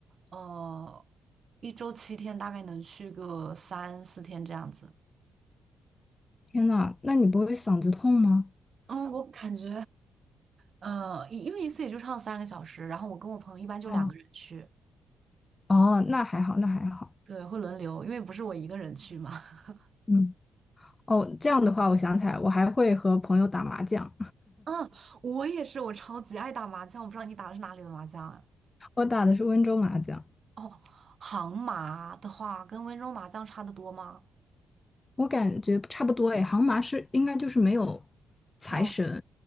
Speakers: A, on the right; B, on the left.
A: 呃，一周七天，大概能去个三四天这样子。
B: 天呐，那你不会嗓子痛吗？
A: 嗯，我感觉，呃，因因为一次也就唱三个小时，然后我跟我朋友一般就两个人去。
B: 哦，哦，那还好，那还好。
A: 对，会轮流，因为不是我一个人去嘛。<laughs>
B: 嗯，哦，这样的话，我想起来，我还会和朋友打麻将，
A: 嗯，我也是，我超级爱打麻将。我不知道你打的是哪里的麻将啊？
B: <laughs> 我打的是温州麻将。
A: 哦，杭麻的话跟温州麻将差的多吗？
B: 我感觉差不多诶，杭麻是应该就是没有财神。
A: 要